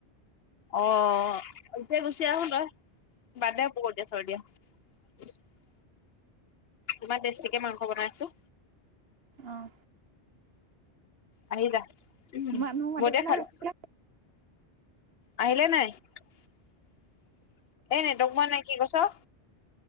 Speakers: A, on the left; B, on the right.
A: অ' এতিয়া গুচি আহো তই বাদ দে বৰত দিয়া চৰত দিয়া। <inaudible> ইমান টেষ্টিকে মাংস বনাইছোঁ।
B: অঁ
A: আহিবা <unintelligible>
B: মানুহ মাতিবলৈ
A: বনে খালো।
B: গৈছিলে
A: আহিলে নাই? এ নেটৱৰ্ক পোৱা নাই কি কৈছ?